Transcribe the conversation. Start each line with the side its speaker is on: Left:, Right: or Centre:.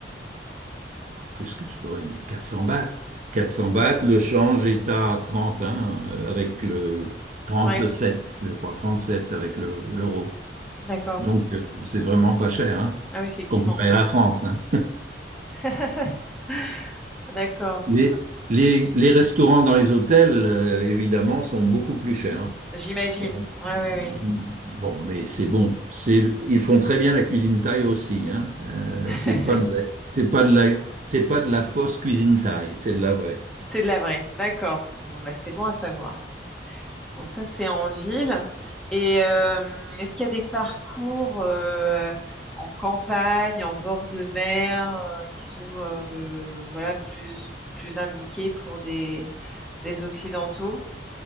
Right: qu'est-ce que je pourrais dire, 400 bahts. 400 bahts, le change est à 30, hein, euh, avec le 37,
Centre: ouais,
Right: je crois, 37 avec le- l'euro.
Centre: d'accord.
Right: Donc, euh, c'est vraiment pas cher, hein,
Centre: Ah oui, effectivement.
Right: comparé à la France, hein.
Centre: <laughs> D'accord.
Right: Les, les, les restaurants dans les hôtels, euh, évidemment, sont beaucoup plus chers. hein.
Centre: J'imagine. Ouais,
Right: Euh,
Centre: ouais, ouais.
Right: Bon, mais c'est bon. C'est, ils font très bien la cuisine thaï aussi, hein. Euh,
Centre: <laughs>
Right: c'est pas de la, c'est pas de la, c'est pas de la fausse cuisine thaï, c'est de la vraie.
Centre: C'est de la vraie. D'accord. Bon, bah c'est bon à savoir. Donc ça, c'est en ville. Et euh, est-ce qu'il y a des parcours euh, en campagne, en bord de mer, euh, qui sont euh, euh, voilà, plus, plus indiqués pour des, des Occidentaux?